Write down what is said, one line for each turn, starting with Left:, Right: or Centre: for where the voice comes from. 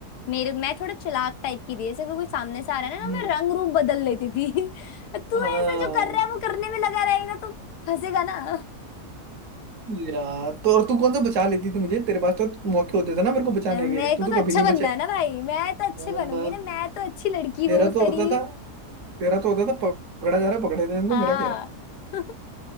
Left: मेरे मैं थोड़ा चालाक टाइप की थी जैसे कोई सामने से आ रहा है ना
Right: हम्म
Left: ना, मैं रंग रूप बदल लेती थी <laughs> तू
Right: हाँ
Left: ऐसे जो कर रहा है वो करने में लगा रहेगा तो फंसेगा ना
Right: यार तो और तू कौन सा बचा लेती थी मुझे तेरे पास तो मौके होते थे ना मेरे
Left: <laughs>
Right: को बचाने
Left: मेरे
Right: के तू
Left: को
Right: तो
Left: तो
Right: कभी
Left: अच्छा
Right: नहीं
Left: बनना
Right: बचाई
Left: है ना भाई मैं तो अच्छे
Right: हाँ,
Left: बनूंगी ना मैं तो अच्छी लड़की हूँ
Right: तेरा
Left: शरीफ
Right: तो होता था तेरा तो होता था पकड़ा जा रहा पकड़े देने तो
Left: हाँ
Right: मेरा क्या है
Left: <laughs>